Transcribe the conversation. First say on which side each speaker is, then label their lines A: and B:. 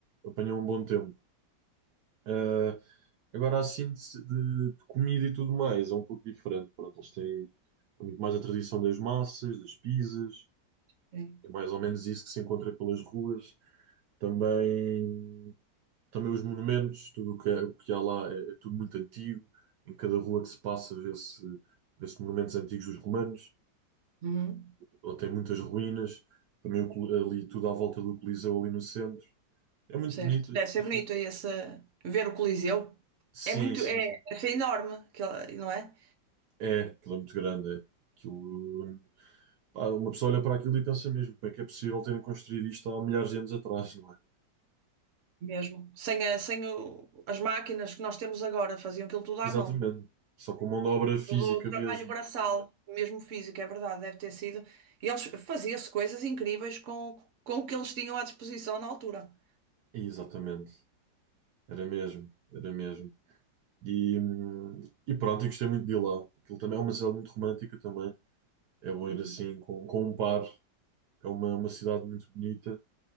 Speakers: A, on the right; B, on the right.
A: apanham um bom tempo. Eh, agora, a síntese de, de comida e tudo mais é um pouco diferente. Pronto, eles têm muito mais a tradição das massas, das pizzas,
B: sim.
A: é mais ou menos isso que se encontra pelas ruas. Também, também os monumentos, tudo o que, é- o que há lá é, é tudo muito antigo. Em cada rua que se passa vê-se vê-se monumentos antigos dos romanos,
B: Uhum.
A: ou tem muitas ruínas. Também o Col- ali tudo à volta do Coliseu, ali no centro. É muito
B: certo.
A: bonito.
B: Deve
A: as
B: ser
A: pessoas-
B: bonito esse ver o Coliseu.
A: Sim,
B: É muito,
A: sim,
B: é,
A: sim.
B: é enorme, aquela, não é?
A: É, aquilo é muito grande. É. Aquilo. Pá, uma pessoa olha para aquilo e pensa mesmo, como é que é possível terem construído isto há milhares de anos atrás, não é?
B: Mesmo. Sem, a- sem o- as máquinas que nós temos agora, faziam aquilo tudo
A: Exatamente.
B: à mão.
A: Só com mão de obra física
B: Todo o trabalho
A: mesmo.
B: braçal, mesmo físico, é verdade, deve ter sido. E eles faziam-se coisas incríveis com, com o que eles tinham à disposição na altura.
A: Exatamente. Era mesmo, era mesmo. E, hum, e pronto, eu gostei muito de ir lá. Aquilo também é uma cidade muito romântica também. É bom
B: Uhum.
A: ir assim com, com um par. É uma, uma cidade muito bonita.